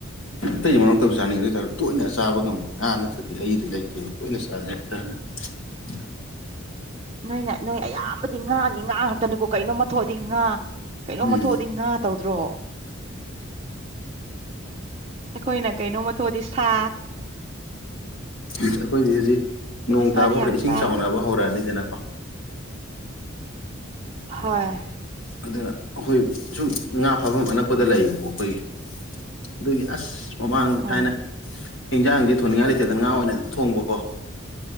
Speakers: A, on the left (about 70°); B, on the right (about 35°).
A: ꯑꯇꯩ ꯃꯔꯛ ꯃꯔꯛ ꯇꯧꯖꯠꯅꯤ ꯑꯗꯨ ꯑꯣꯏꯇꯥꯔ ꯇꯣꯏꯅ ꯆ ꯆꯥꯕ ꯉꯝꯝꯕꯗꯤ ꯉꯥ ꯅꯠꯇ꯭ꯔꯗꯤ ꯑꯩꯒꯤꯗꯤ ꯂꯩꯇꯦꯕ ꯇꯣꯏꯅ ꯆꯥꯗ꯭ꯔꯦ <unintelligible>
B: ꯅꯣꯏꯅ ꯅꯣꯏ ꯑꯌꯥꯝꯕꯗꯤ ꯉꯥꯒꯤ ꯉꯥ ꯉꯥꯛꯇꯅꯤꯀꯣ ꯀꯩꯅꯣꯝꯃ ꯊꯣꯛꯑꯗꯤ ꯉꯥ ꯀꯩꯅꯣꯃ
A: ꯎꯝ
B: ꯊꯣꯛꯑꯗꯤ ꯉꯥ ꯇꯧꯗ꯭ꯔꯣ ꯑꯩꯈꯣꯏꯅ ꯀꯩꯅꯣꯝꯃ ꯊꯣꯛꯑꯗꯤ ꯁꯥ
A: ꯑꯩꯈꯣꯏꯗꯤ ꯍꯧꯖꯤꯛ
B: ꯑꯩꯈꯣꯏꯗꯤ
A: ꯅꯣꯡ
B: ꯁꯥꯗꯤ
A: ꯇꯥꯕ ꯍꯧꯔꯛꯑꯦ
B: ꯌꯥꯝ
A: ꯏꯁꯤꯡ
B: ꯆꯥꯏ
A: ꯆꯥꯎꯅꯕ ꯍꯧꯔꯛꯑꯅꯤꯗꯅꯀꯣ
B: ꯍꯣꯏ
A: ꯑꯗꯨꯅ ꯑꯈꯣꯏ ꯁꯨꯝ ꯉꯥ ꯐꯥꯐꯝ ꯑꯅꯛꯄꯗ ꯂꯩꯌꯦꯕꯀꯣ ꯑꯩꯈꯣꯏꯒꯤ ꯑꯗꯨꯒꯤ ꯑꯁ ꯃꯃꯥꯡꯗ
B: ꯑꯥ
A: ꯊꯥꯏꯅ ꯏꯟꯖꯥꯡꯖꯦ ꯊꯣꯡꯅꯤꯡꯉꯥꯏ ꯂꯩꯇꯗ ꯉꯥ ꯑꯣꯏꯅ ꯑꯗꯨꯝ ꯊꯣꯡꯕꯀꯣ